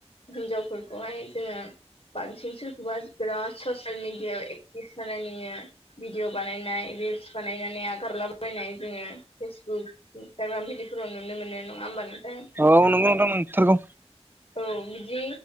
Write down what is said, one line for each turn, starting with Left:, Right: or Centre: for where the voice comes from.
Left: हिनजावफोरखौहाय जोङो बांसिन सोरखौबा बिराद ससियेल मिडियायाव एक्टिभ थानाय नुयो। भिडिअ बानायनाय रिल्स बानायनानै आगारलाबायनाय जोङो फेसबुक स्टाग्राम बिदिफोराव नुनो मोनो नङा होमबा नोंथां?
Right: औ नंगौ नोंथां नंथारगौ
Left: औ बिदि